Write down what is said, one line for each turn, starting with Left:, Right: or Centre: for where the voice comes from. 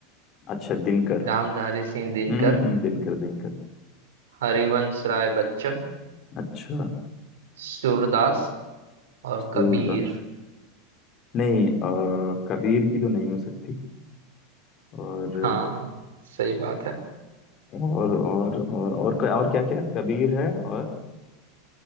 Left: अच्छा दिनकर
Right: रामधारी सिंह दिनकर
Left: हम्म हम्म हम्म, दिनकर दिनकर
Right: हरिवंश राय बच्चन
Left: अच्छा
Right: सूरदास और
Left: सूरदास
Right: कबीर
Left: नहीं अ, कबीर की तो नहीं हो सकती और
Right: हाँ सही बात है
Left: और और और और, और क्या क्या कबीर है और